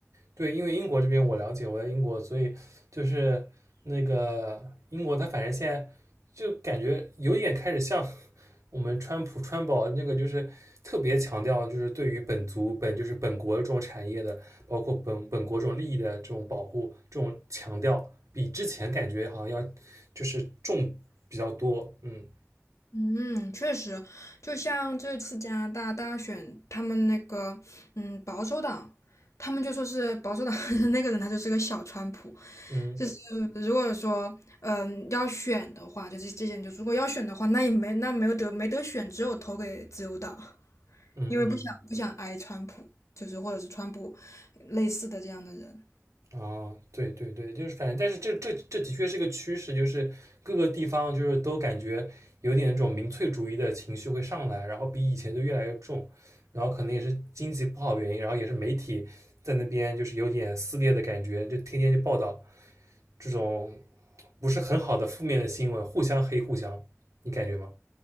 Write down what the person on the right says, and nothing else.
对，因为英国这边我了解，我在英国，所以就是那个英国，它反正现在就感觉有点开始像我们川普川宝那个，就是特别强调就是对于本族本就是本国这种产业的，包括本本国这种利益的这种保护，这种强调比之前感觉好像要就是重比较多，嗯
嗯
嗯嗯。
啊，对对对，就是反正，但是这这这的确是个趋势，就是各个地方就是都感觉有点那种民粹主义的情绪会上来，然后比以前就越来越重，然后可能也是经济不好原因，然后也是媒体在那边就是有点撕裂的感觉，就天天就报道这种不是很好的负面的新闻，互相黑互相，你感觉吗？